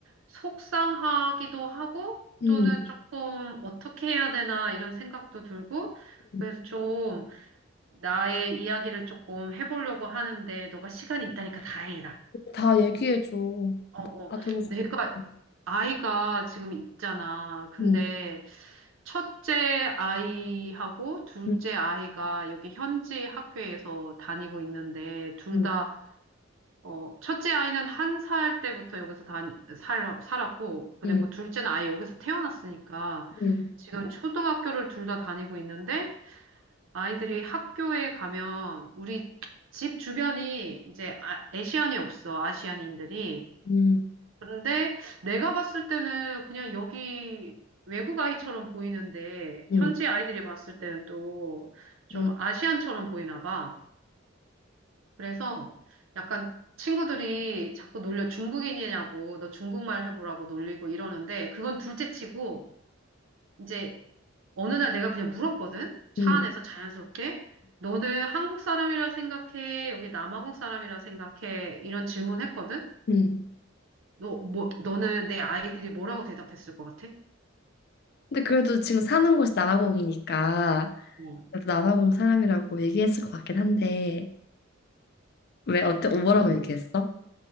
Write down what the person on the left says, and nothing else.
응,
응.
다 얘기해줘.
다 들어줘.
응,
응,
응,
응,
응,
응,
응,
응,
응, 응.
응,
응.
근데 그래도 지금 사는 곳이 남아공이니까
그래도 남아공 사람이라고 얘기했을 것 같긴 한데 왜 어때? 뭐라고
얘기했어?